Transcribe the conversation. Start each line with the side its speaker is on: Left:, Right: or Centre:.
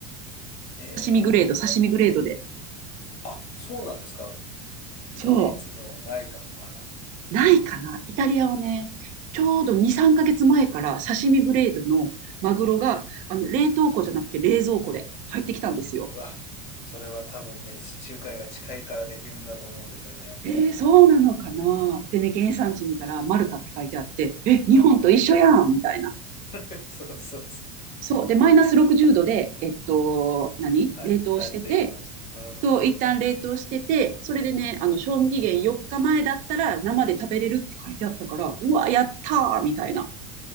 Left: えーっと、
Right: 刺身グレード、刺身グレードで。
Left: あ、そうなんですか。うんドイツのはないかも、
Right: そ
Left: まだ。
Right: う。ないかな。イタリアはね、ちょうど2、3ヶ月前から刺身グレードのマグロが、あの、冷凍庫じゃなくて冷蔵庫で入ってきたんですよ。
Left: うわ、それは多分ね、地中海が近いからできるんだと思うんですよね。
Right: えー、そうなのかな。でね、原産地見たらマルタって書いてあって、え、
Left: うんうん。
Right: 日本と一緒やんみたいな。
Left: <laughs> そうそうそう。
Right: そう。で、マイナス60度で、えっと、何冷凍してて、
Left: あ、一旦冷凍して。うんうんうん。
Right: そう、一旦冷凍してて、それでね、あの、賞味期限4日前だったら生で食べれるって書いてあったから、うわ、やったーみたいな。